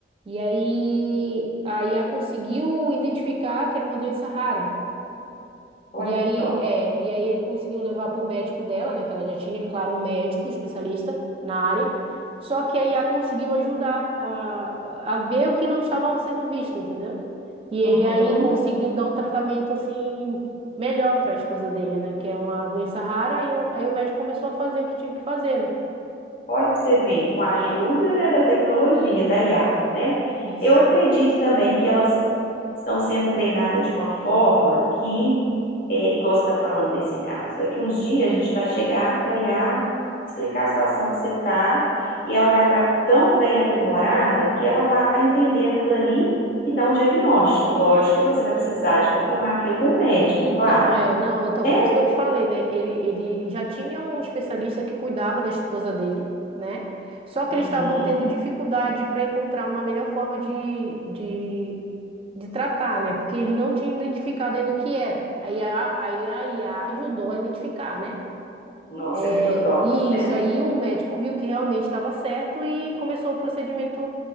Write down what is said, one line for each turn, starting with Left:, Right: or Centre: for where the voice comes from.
Right: E aí a IA conseguiu identificar que era uma doença rara.
Left: Olha
Right: E aí,
Left: que top.
Right: é, e aí ele conseguiu levar para o médico dela, né? Que ela já tinha, claro, um médico especialista na área. Só que a IA conseguiu ajudar a, a ver o que não estava sendo visto, entendeu? E
Left: Uhum.
Right: aí conseguiu dar um tratamento assim melhor para a esposa dele, né? Que é uma doença rara. E o- aí o médico começou a fazer o que tinha que fazer, né?
Left: Olha para você ver, com a ajuda, né, da tecnologia, da IA, né?
Right: Isso.
Left: Eu acredito também que elas estão sendo treinadas de uma forma que, é, igual você está falando desse caso, daqui uns dias a gente vai chegar para a IA explicar a situação que você está e ela vai estar tão bem aprimorada que ela vai entender aquilo ali e dar um diagnóstico. Lógico que você vai precisar de confirmar aquilo com o médico,
Right: Então,
Left: claro.
Right: é, não, então,
Left: né?
Right: por isso que eu te falei, né? Ele, ele já tinha um especialista que cuidava da esposa dele, né? Só que
Left: Uhum.
Right: eles estavam tendo dificuldade para encontrar uma melhor forma de, de, de tratar, né? Porque eles não tinham identificado ainda o que era. Aí a, aí a IA ajudou a identificar, né?
Left: Nossa,
Right: É,
Left: é muito top,
Right: e
Left: né?
Right: isso aí o médico viu que realmente estava certo e começou o procedimento,